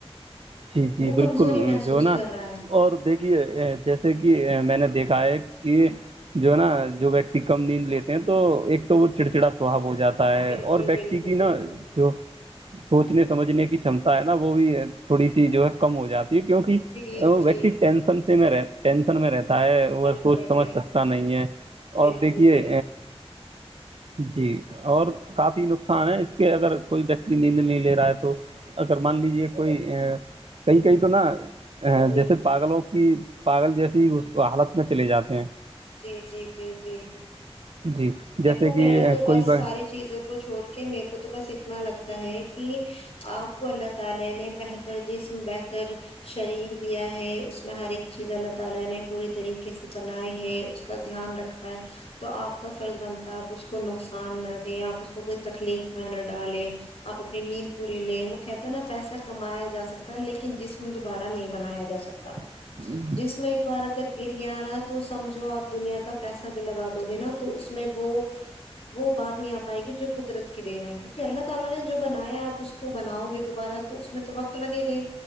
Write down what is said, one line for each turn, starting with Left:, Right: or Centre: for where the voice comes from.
Right: جی جی
Left: وہ
Right: بالکل
Left: کمزوری محسوس
Right: جو نا
Left: کر رہا ہے
Right: اور دیکھیے جیسے کہ میں نے دیکھا ہے کہ جو ہے نا جو ویکتی کم نیند لیتے ہیں تو ایک تو وہ چڑچڑا سوھااب ہو جاتا ہے
Left: بالکل
Right: اور ویکتی
Left: بالکل
Right: کی نا
Left: بالکل
Right: جو سوچنے سمجھنے کی شامھمتا ہے نا وہ بھی تھوڑی سی جو ہے کم ہو جاتی ہے کیونکہ
Left: جی
Right: وہ ویکتی
Left: جی
Right: ٹینشن سے میں رہ ٹینشن میں رہتا وہ
Left: بالکل
Right: سوچ سمجھ
Left: بالکل
Right: سکتا نہیں ہے
Left: بالکل
Right: اور دیکھیے
Left: بالکل
Right: جی اور کافی نقصان ہے اس کے اگر کوئی ویکتی نیند نہیں لے رہا ہے تو اگر مان لیجیے کوئی ا کئی کہئی تو نہا
Left: جی
Right: جیسے پاگلوں کی پاگل جیسی ہی اس حالت میں چلے جاتے ہیں
Left: جی جی جی جی
Right: جی جیسے
Left: دیکھو میرا
Right: کہ اہ،
Left: تو
Right: کوئی
Left: بس
Right: ب-
Left: ساری چیزوں کو چھوڑ کے میرے کو تو بس اتنا لگتا ہے کہ اپ کو اللہ تعالی نے بہتر جسم بہتر شریر دیا ہے اس میں ہر ایک چیز اللہ تعالی نے پورے طریقے سے بنائے ہیں کا دھیان رکھا ہے تو آپ کا فرض بنتا ہے آپ اس کو نقصان نہ دیں آپ اس کو کوئی تکلیف میں نہ ڈالیں آپ اپنی نیند پوری لیں وہ کہتے ہیں نا پیسہ کمایا جا سکتا ہے لیکن جسم دوبارہ نہیں بنایا جا سکتا <unintelligible>
Right: ہ <inaudible>
Left: جس میں ایک بار اگر گر گیا رہا تو سمجھو آپ دنیا کا پیسہ بھی لگا دو گے نا تو اس میں وہ وہ بات نہیں آ پائے گی جو قدرت کی دین ہے کیونکہ اللہ تعالی نے جو بنایا ہے آپ اس کو بناؤ گے دوبارہ تو اس میں تو وقت لگے گا